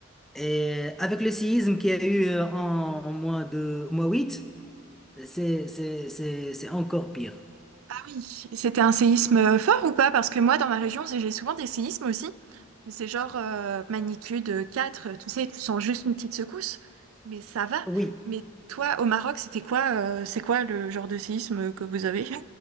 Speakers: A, in the centre; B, on the right.
A: Et avec le séisme qu'il y a eu euh, en, au mois de, au mois 8 c'est c'est- c'est- c'est encore pire.
B: Ah oui, c'était un séisme euh, fort ou pas? Parce que moi, dans ma région, c'est- j'ai souvent des séismes aussi. Mais c'est genre euh, magnitude 4, tu sais, tu sens juste une petite secousse. Mais ça va.
A: Oui,
B: Mais toi, au Maroc, c'était quoi, euh, c'est quoi le genre de séisme que vous avez?